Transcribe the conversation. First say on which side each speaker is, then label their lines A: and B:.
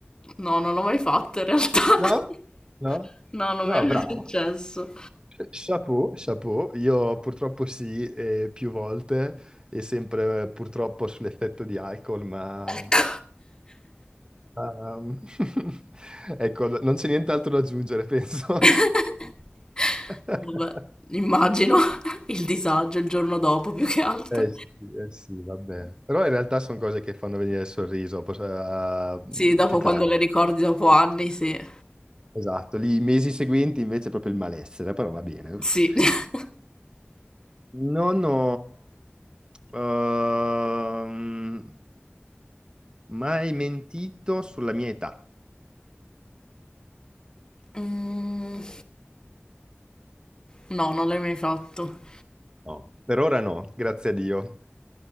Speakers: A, on the left; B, on the right.
A: No, non l'ho mai fatto in realtà. <laughs>
B: No? No?
A: No, non
B: No,
A: mi è mai
B: bravo.
A: successo.
B: Chapeau, chapeau. Io purtroppo sì, eh, più volte, e sempre eh, purtroppo sull'effetto di alcol, ma...
A: Ecco.
B: ehm, <laughs> ecco, no, non c'è nient'altro da aggiungere, penso.
A: <laughs>
B: <laughs>
A: Vabbè, immagino <laughs> il disagio il giorno dopo più che altro.
B: Eh sì, eh sì, vabbè. Però in realtà sono cose che fanno venire il sorriso, pos- eh,
A: Sì, dopo
B: più tardi.
A: quando le ricordi dopo anni, sì.
B: Esatto, lì i mesi seguenti invece è proprio il malessere, però va bene. Uff.
A: Sì. <laughs>
B: Non ho ehm, mai mentito sulla mia età.
A: Mm, no, non l'hai mai fatto.
B: No. Per ora no, grazie a Dio.